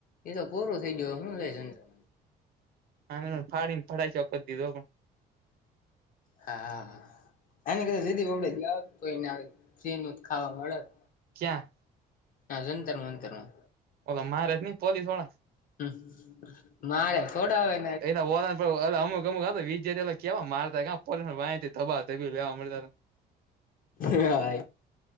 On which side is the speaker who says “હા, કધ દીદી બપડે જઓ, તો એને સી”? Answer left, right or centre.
Left